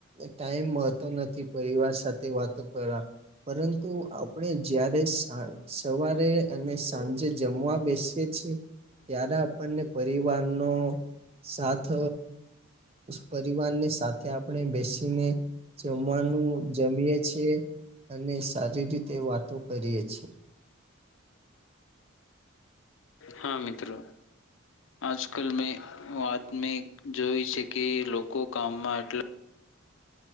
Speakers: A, on the right; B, on the left.
A: ટાઈમ મળતો નથી પરિવાર સાથે વાતો કરવા પરંતુ આપણે જયારે સા સવારે અને સાંજે જમવા બેસીએ છીએ ત્યારે આપણને પરિવાર નો સાથ પરિવાર ને સાથે આપણે બેસીને જમવાનું જમીએ છીએ અને સારી રીતે વાતો કરીએ છીએ
B: હા મિત્રો આજકાલ મેં વાત મે જોઈ છે કે લોકો કામમાં એટલા